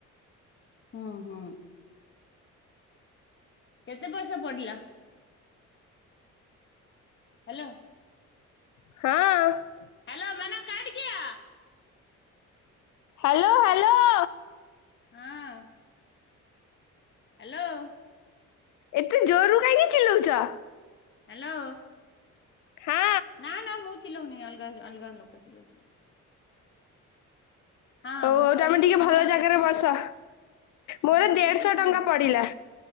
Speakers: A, on the left; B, on the left.
A: ହୁଁ- ହୁଁ। କେତେ ପଇସା ପଡିଲା? ହ୍ୟାଲୋ।
B: ହଁ।
A: ହ୍ୟାଲୋ ମ୍ୟାଡମ୍ କାଟ୍ କିଆ।
B: Hello hello.
A: ହଁ। ହ୍ୟାଲୋ।
B: ଏତେ ଜୋରରୁ କାହିଁକି ଚିଲଉଛ?
A: ହ୍ୟାଲୋ।
B: ହଁ।
A: ନାଁ - ନାଁ ମୁଁ ଚିଲଉନି, ଅଲଗା ଅଲଗା ଲୋକ ଚିଲଉଥିଲେ। ହଁ
B: ହଉ
A: ମୁଁ
B: ହଉ
A: କହିଲି
B: ତମେ ଟିକେ
A: ତମର
B: ଭଲ ଜାଗାରେ
A: କେତେ
B: ବସ।
A: ତମର
B: ମୋର
A: କେତେ
B: ଦେଢଶହ
A: ପଇସା
B: ଟଙ୍କା ପଡିଲା,